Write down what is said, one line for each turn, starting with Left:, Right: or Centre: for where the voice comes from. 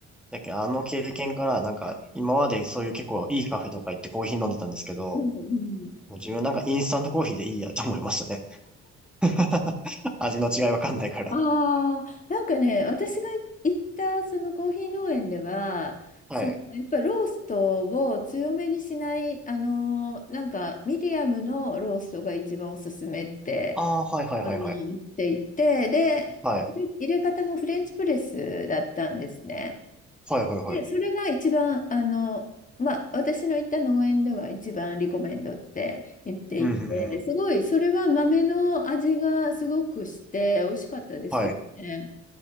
Centre: だけどあの経験からなんか今までそういう結構いいカフェとか行ってコーヒー飲んでたんですけど、
Left: うんうん
Centre: もう自分なんかインスタントコーヒーでいいやと思いましたね。<laughs> 味の違いわかんないから。
Left: ああ、なんかね、私が行ったそのコーヒー農園では、
Centre: はい。
Left: そのやっぱローストを強めにしない、あのーなんかミディアムのローストが一番おすすめって
Centre: ああ、はいはいはいはい。
Left: あの、行っていて、で、
Centre: はい。
Left: 入れ方もフレンチプレスだったんですね。
Centre: はいはいはい。
Left: で、それが一番、あの、まあ、私の行った農園では一番リコメンドって言っていて、
Centre: うんうんうん。
Left: すごい、それは豆の味がすごくして、美味しかったですけどね。
Centre: はい。